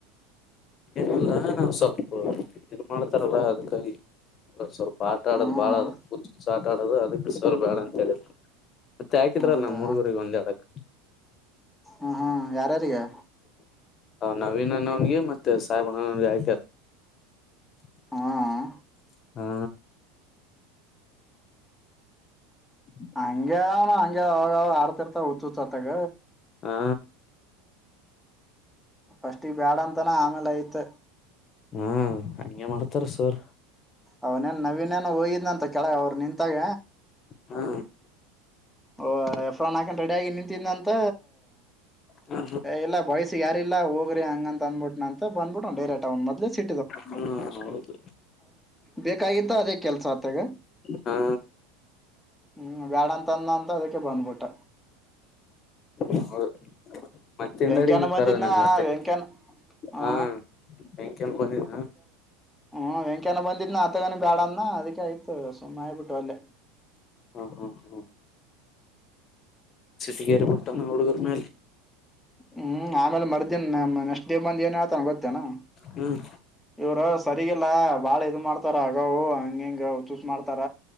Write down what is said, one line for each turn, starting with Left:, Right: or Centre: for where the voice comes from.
Left: ಇಲ್ಲ ನಾಸ್ವಲ್ಪ ಇದು ಮಾಡ್ತಾರಲ್ಲ ಅದ್ಕಾಗಿ ಸ್ವಲ್ಪ ಆಟ ಆಡದು್
Centre: ಹ್ಮ್
Left: ಬಾಳಚ್ಚ ಆಟ ಆಡೋದು ಅದ ಬಿ ಸ್ವರ್ ಬೇಡ ಅಂತ ಹೇಳಿ ಮತ್ತೆ ಹಾಕಿದ್ರಲ್ಲ
Centre: ಹೌದಾ
Left: ನ್ ಮೂಡುಗೂರಿಗೆ ಒಂದೇ ಹಡಕ್
Centre: ಹ್ಮ್ ಹ್ಮ್ ಯಾರ್ಯಾರಿಗೆ
Left: ನವೀನ್ ಅಣ್ಣವನ್ಗೆ ಮತ್ತೆ ಸಾಹೇಬ್ ಅಣ್ಣನನ್ಗೆ ಆಯ್ಕಾರೆ <unintelligible>
Centre: ಹ್ಮ್
Left: ಹಾ ಹ್ಮ
Centre: ಹಂಗ್ಯ ಹಂಗ್ಯ ಅವಾಗ ಆಡ್ತಿರ್ತ ಹಚ್ಚ ಹಚ್ಚತ್ತಾಗ
Left: ಹಾ
Centre: ಫಸ್ಟ್ ಈಗ್ ಬ್ಯಾಡ ಅಂತಾನ ಆಮೇಲೆ ಐತ್
Left: ಹಾ ಹಗೆ ಮಾಡ್ತಾರ ಸರ್
Centre: ಅವನೇನ್ ನವನ್ ನ ಹೋಗಿದ್ಂತ ಕೆಳಗ ಅವರು ನಿಂತಾಗ
Left: ಹಾ
Centre: ಓ ಎಫ್ರ ನಾಕನ್ ರೆಡಿ ಆಗಿ ನಿಂತಿಂದಂತ
Left: ಹಾ
Centre: ಎಲ್ಲ ಬಯಸ್ಸ ಯಾರಲ್ಲ ಹೋಗ್ರಿ ಹಂಗ ಅಂತ ಅಂದ್ಬಿಟ್ಟನ ಅಂತ ಬಂದ್ಬಿಟ್ಟ ಡರೆಕ್ಟ್ ಅವ್ನ್ ಮೊದ್ಲೆ ಸಿಿ
Left: ಹ್ಮ ಹೌದು
Centre: ಬೇಕಾಗಿತ್ತ ಅದೇ ಕೆಲಸ ಆತಾಗ
Left: ಹಾ
Centre: ಹ್ಮ್ ಗ್ಯಾಡ ಅಂತಂದ ಅಂತ ಅದಕ್ಕೆ ಬಂದ್ಬಿಟ್ಟ
Left: ಅವ ಮತ್ತೆಿಂದಡಿ
Centre: ವೆಂಕ್ಯನ ಬಂದಿದ್ನ
Left: ಕರದನ ಮತ್ತೆ
Centre: ವೆಂಕ್ಯನ ಆ
Left: ಹಾ ಕೆಂಪನಿನ
Centre: ಹ್ಮ ವೆಂಕ್ಯನ ಬಂದಿದ್ನ ಆ ತಗಾನ ಬ್ಯಾಡನ ಅದಿಕ ಆಯ್ತು ಸುಮ್ಮ ಆ್ಬಿಟ್ಟು ಅಲ್ಲೇ
Left: ಹಾ ಹಾ ಹಾ ಚಿಟಿ ಕರೆ ಪೊಟ್ಟ ನೋಡು ಕರ್ಮ
Centre: ಹ್ಮ್ ಆಮೇಲೆ ಮರ್ದ ನೆಕ್ಟ್ ಡೇ ಬಂದ ಏನ ಗೊತ್ತೇನಾ
Left: ಹ್ಮ್
Centre: ಇವ ಸಲ್ಲ ಲ್ಲ ಬಾಳ ಇ್ ಮಾಡ್ತಾರ ಅಗವು ಹಂಗ ಹೆಂಗ ಚೂಸ್ ಮಾಡ್ತಾರ